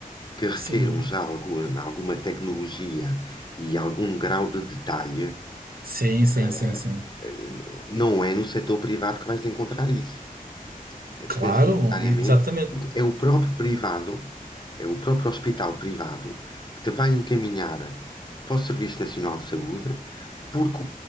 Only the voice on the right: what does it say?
Sim.
Sim, sim,
sim, sim.
Claro,
exatamente.